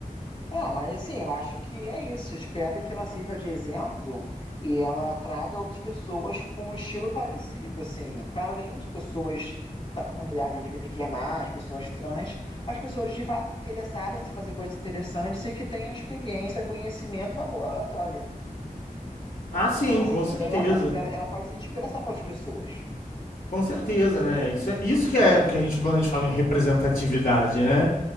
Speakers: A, on the left; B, on the left.
A: Ah, mas assim, eu acho que é isso. Espero que ela sirva de exemplo e ela traga outras pessoas com um estilo parecido, assim, para além de pessoas da comunidade L G B T Q I A mais, pessoas trans, as pessoas de fato interessadas em fazer coisas interessantes e que tenham experiência, conhecimento e uma boa oratória.
B: Ah, sim,
A: Então, assim,
B: com certeza.
A: ela espera, ela pode ser inspiração para outras pessoas.
B: Com certeza, né? Isso, é, isso que é que a gente, quando a gente fala em representatividade, né?